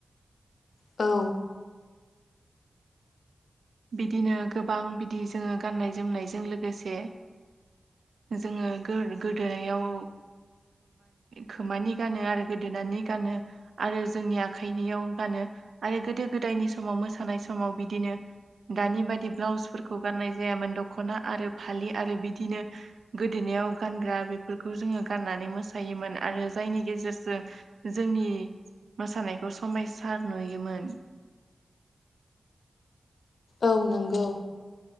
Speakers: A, on the left; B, on the right.
A: औ
B: बिदिनो गोबां बिदि जोङो गाननाय जोमनायजों लोगोसे जोङो गोदोनायाव खोमानि गानो आरो गोदोनानि गानो आरो जोंनि आखाइनियाव गानो आरो गोदो गोदायनि समाव मोसानाय समाव बिदिनो दानि बादि ब्लाउसफोरखौ गाननाय जायामोन दख'ना आरो फालि आरो बिदिनो गोदोनायाव गानग्रा बेफोरखौ जोङो गाननानै मोसायोमोन आरो जायनि गेजेरजों जोंनि मोसानायखौ समायसार नुयोमोन।
A: औ नंगौ